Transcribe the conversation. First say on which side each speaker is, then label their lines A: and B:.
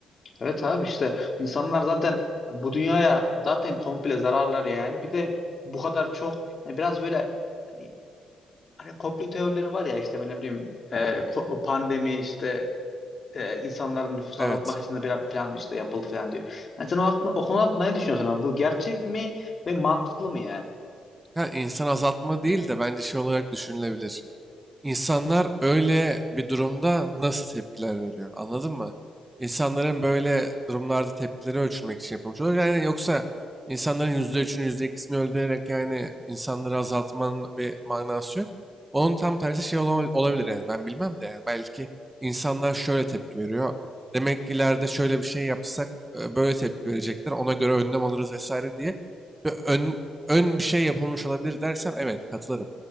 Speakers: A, on the left; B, on the right.
A: Evet abi işte insanlar zaten bu dünyaya zaten komple zararlar yani. Bir de bu kadar çok yani biraz böyle hani, hani komplo teorileri var ya işte ben ne bileyim e, ko- pandemi işte e, insanların nüfusunu
B: Evet.
A: azaltmak için de biraz falan işte yapıldı falan diyor. Yani sen o, hakkında, o konu hakkında ne düşünüyorsun abi? Bu gerçek mi ve mantıklı mı yani?
B: Ha, insan azaltma değil de bence şey olarak düşünülebilir. İnsanlar öyle bir durumda nasıl tepkiler veriyor? Anladın mı? İnsanların böyle durumlarda tepkileri ölçülmek için yapılmış olur. Yani yoksa insanların yüzde üçünü yüzde %2'sini öldürerek yani insanları azaltmanın bir manası yok. Onun tam tersi şey ola- olabilir yani ben bilmem de yani belki insanlar şöyle tepki veriyor. Demek ki ileride şöyle bir şey yapsak e, böyle tepki verecekler. Ona göre önlem alırız vesaire diye. Ve ön, ön bir şey yapılmış olabilir dersen evet katılırım.